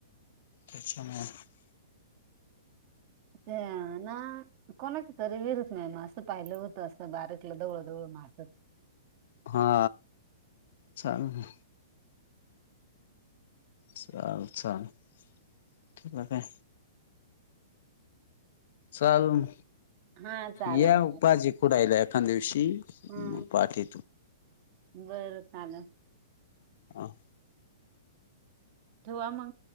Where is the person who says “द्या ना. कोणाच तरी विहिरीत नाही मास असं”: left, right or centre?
Right